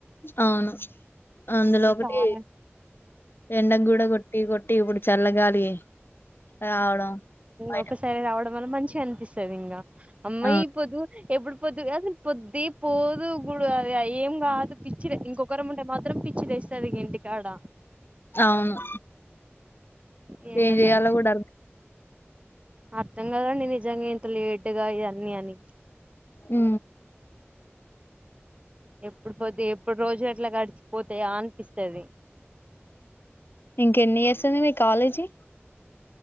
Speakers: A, on the left; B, on the right.
A: అవును అందులో
B: ఉమ్,
A: ఒకటి
B: చాలా
A: ఎండలు కూడా కొట్టి కొట్టి ఇప్పుడు చల్లగాలి రావడం బయట
B: ఒకసారి రావడం వల్ల మంచిగా అనిపిస్తుంది ఇంకా అమ్మా
A: ఆ
B: ఇపోద్దు ఎప్పుడు పొద్దు అసలు పొద్దుది పోదు గుడు అది ఏం కాదు పిచ్చిది ఇంకొకరు ఉంటే మాత్రం పిచ్చిలేస్తుంది ఇంటికాడ
A: అవును
B: ఈ ఎండాకాలం
A: ఏం చెయాలో కూడా
B: అర్థం కదండి నిజంగా ఇంత లేటుగా ఇవన్నీ అని
A: ఉ
B: ఎప్పుడు పోతే ఎప్పుడు రోజు అట్లా గడిచిపోతాయా అనిపిస్తది
A: ఇంక ఎన్ని ఇయర్స్ ఉంది నీ కాలేజీ